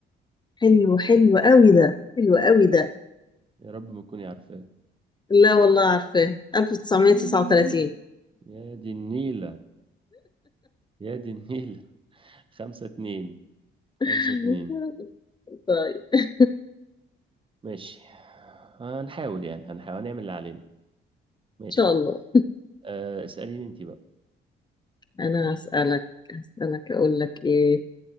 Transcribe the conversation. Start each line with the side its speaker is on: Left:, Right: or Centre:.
Left: حلو حلو قوي ده حلو قوي ده
Right: يا رب ما تكوني عارفة
Left: لا والله عارفاه 1939
Right: إيه يا دي النيلة يا دي النيلة <laughs> خمسة اتنين
Left: <laughs>
Right: خمسة اتنين
Left: طيب
Right: ماشي هنحاول يعني هنحاول نعمل اللي علينا
Left: ان
Right: ماشي
Left: شاء الله
Right: آه، اسأليني انت بقى
Left: انا هسألك هسألك اقول لك ايه